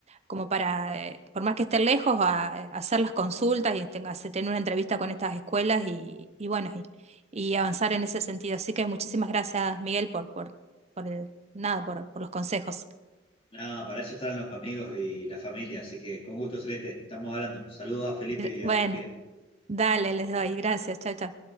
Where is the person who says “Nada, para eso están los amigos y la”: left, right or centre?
Left